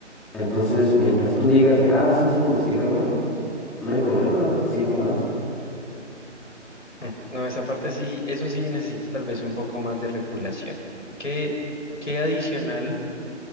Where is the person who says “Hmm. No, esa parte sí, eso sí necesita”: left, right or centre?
Left